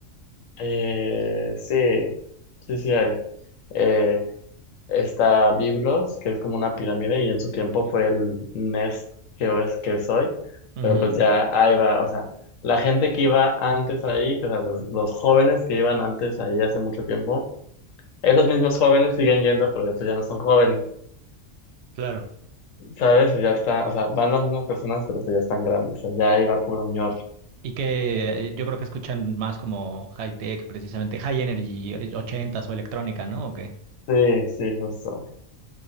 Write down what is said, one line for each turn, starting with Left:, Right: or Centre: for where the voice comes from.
Left: Eh, sí, sí, sí hay. Eh, está Biblos, que es como una pirámide, y en su tiempo fue el Nest que es, que es hoy,
Right: Ujú,
Left: pero pues ya ahí va, o sea, la gente que iba antes ahí, o sea, los, los jóvenes que iban antes ahí hace mucho tiempo, esos mismos jóvenes siguen yendo, pero ya, pues ya no son jóvenes,
Right: claro.
Left: ¿sabes? Ya está, o sea, van las mismas personas, pero pues ya están grandes, o sea, ya iba puro ñor.
Right: Y que eh, yo creo que escuchan más como high tech, precisamente high energy, eh, 80 o electrónica, ¿no? ¿O qué?
Left: Sí, sí, justo.